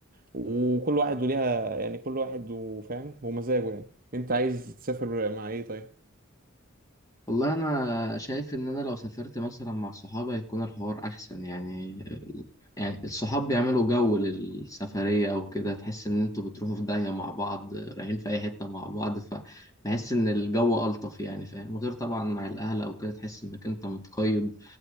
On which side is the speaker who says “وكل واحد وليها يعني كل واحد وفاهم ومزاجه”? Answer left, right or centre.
Right